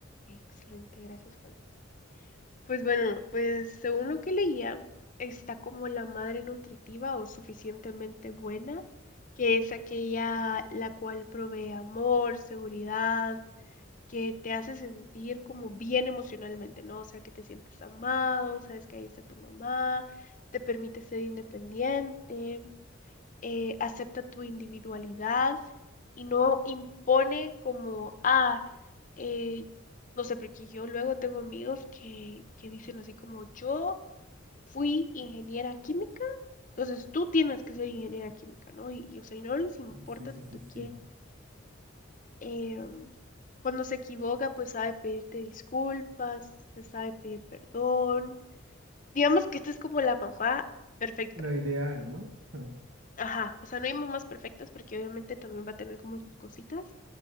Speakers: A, on the left (about 40°); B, on the right (about 75°).
A: Excelente, gracias, Juan. Pues bueno, pues según lo que leía, está como la madre nutritiva o suficientemente buena, que es aquella la cual provee amor, seguridad, que te hace sentir como bien emocionalmente, ¿no? O sea, que te sientes amado, sabes que ahí está tu mamá, te permite ser independiente, eh, acepta tu individualidad y no impone como, ah, eh, no sé, porque yo luego tengo amigos que, que dicen así como, yo fui ingeniera química. Entonces tú tienes que ser ingeniera química, ¿no? Y, y, o sea, y no les importa
B: Sí, sí,
A: si
B: sí,
A: tú
B: sí.
A: quieres eh, cuando se equivoca, pues sabe pedirte disculpas, se sabe pedir perdón. Digamos que esta es como la mamá perfecta.
B: La ideal, ¿no? <laughs>
A: Ajá, o sea, no hay mamás perfectas porque obviamente también va a tener como sus cositas,